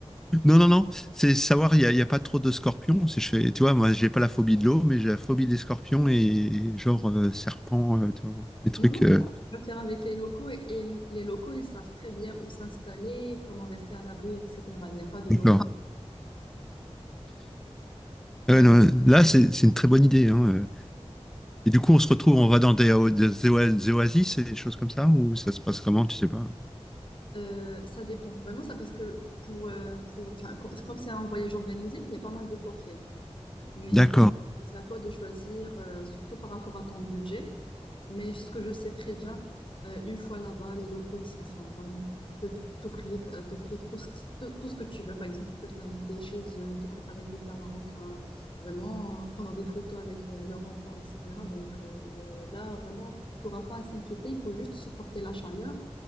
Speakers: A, in the centre; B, on the left.
A: Non, non, non. C'est savoir, il n'y a, il y a pas trop de scorpions. C'est, je fais- tu vois, moi, j'ai pas la phobie de l'eau, mais j'ai la phobie des scorpions et, genre euh, serpents, euh, tu vois, des trucs.
B: Non, non,
A: euh,
B: Je peux faire avec les locaux et, et les locaux, ils savent très bien où s'installer, comment rester à l'abri, etc. Il n'y a pas de
A: d'accord.
B: danger. Et
A: Ouais, non, là, c'est, c'est une très bonne idée. hein, euh. Et du coup, on se retrouve, on va dans des, o- des oa- des oasis et des choses comme ça, ou ça se passe comment, tu sais pas.
B: euh, ça dépend vraiment ça parce que pour, euh, pour enfin, co- comme c'est un voyage organisé, il y a pas mal de forfaits. Mais
A: D'accord,
B: euh, c'est à toi de choisir, euh, surtout par rapport à ton budget. Mais ce que je sais très bien, euh, une fois là-bas, les locaux, ils sont sympas. Ils pe- peuvent t'offrir euh, t'offrir tout ce, tout, tout ce que tu veux. Par exemple, ils peuvent t'inviter chez eux, te préparer des plats marocains, vraiment euh, prendre des photos avec euh, leurs enfants, etc. Donc euh, là, vraiment, tu n'auras pas à s'inquiéter. Il faut juste supporter la chaleur.